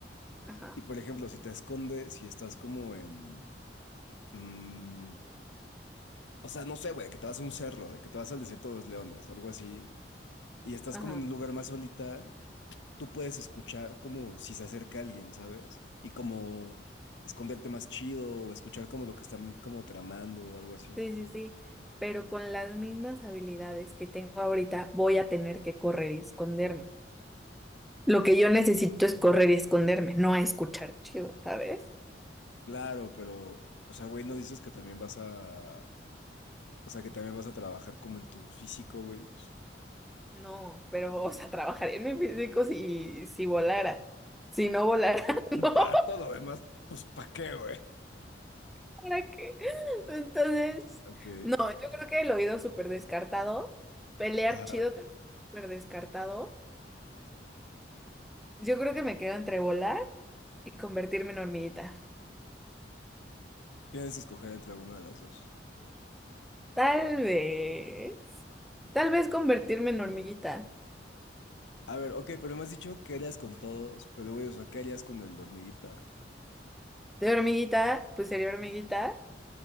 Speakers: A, in the centre; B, on the left (about 85°).
A: Ajá,
B: Y por ejemplo, si te escondes, si estás como en. mm, O sea, no sé, güey, que te vas a un cerro, de que te vas al desierto de los leones, algo así, y estás
A: ajá.
B: como en un lugar más solita, tú puedes escuchar como si se acerca alguien, ¿sabes? Y como esconderte más chido o escuchar como lo que están como tramando o algo así.
A: Sí, sí, sí, pero con las mismas habilidades que tengo ahorita voy a tener que correr y esconderme. Lo que yo necesito es correr y esconderme, no a escuchar chido, ¿sabes?
B: Claro, pero, o sea, güey, no dices que también vas a, o sea, que también vas a trabajar como en tu físico, güey, pues,
A: No, pero, o sea, trabajaría en mi físico si, si volara. Si no volara, <laughs> no,
B: para todo, lo demás, pues, ¿para qué, güey?
A: ¿para qué? Entonces,
B: Ok.
A: yo creo que el oído súper descartado, pelear
B: Ajá.
A: chido también súper descartado. Yo creo que me quedo entre volar y convertirme en hormiguita.
B: Tienes que escoger entre alguna de las dos.
A: Tal vez. Tal vez convertirme en hormiguita.
B: A ver, ok, pero me has dicho que harías con todos, pero güey, o sea, ¿qué harías con el de hormiguita?
A: De hormiguita, pues sería hormiguita.